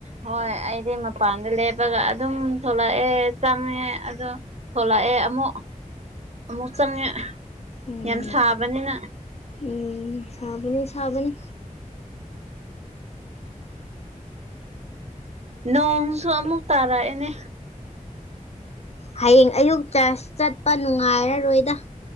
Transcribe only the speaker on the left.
ꯎꯝ
ꯎꯝ ꯁꯥꯕꯅꯤ ꯁꯥꯕꯅꯤ
ꯍꯌꯦꯡ ꯑꯌꯨꯛ ꯆꯔ꯭ꯆ ꯆꯠꯄ ꯅꯨꯡꯉꯥꯏꯔꯔꯣꯏꯗ